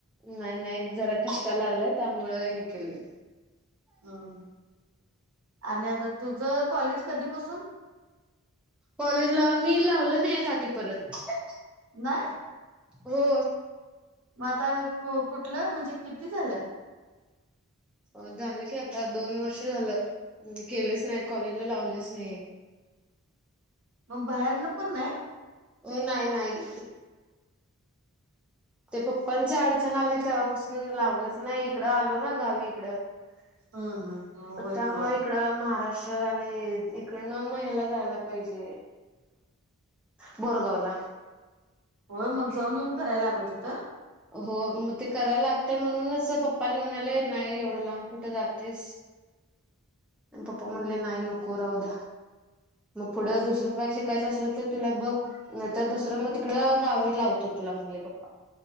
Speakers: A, in the centre; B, on the right (about 65°).
A: नाही नाही जरा ठ् लागला त्यामुळे हे केले
B: हम् आणि आता तुझं कॉलेज कधीपसून
A: कॉलेजला मी लावलं ना या काकी परत
B: नाही
A: हो
B: मग आता कु कुठलं म्हणजे किती झालं
A: हो झालं की आता दोन वर्ष झालं केलेच नाही कॉलेजला लावलेच नाही
B: ह मग बाहेरन पण आहे
A: हो नाही नाही ते पप्पांची अडचण आली तेव्हापासून लावलंच नाही इकडं आलो ना गावी इकडं
B: हम्म हम् होय
A: त्यामुळे
B: कि होय
A: इकडं महाराष्ट्र महष्ट्र आणि इडन महिला जायला पाहिजे बोरगावला
B: होय मग जाऊन येऊन करायला लागत होत
A: हो मग ते करायला लागतय म्हणूनच पप्पानी म्हणाले नाही एवढं लांब कुठे जातेस पप मणले नायन कोोर हवद मग पुढं
B: असं
A: दुसरं काय शिकायचं असल तुला बघ नाही तरर दुसरं मग तिकड गावी लावतो तुला म्हग पप्पा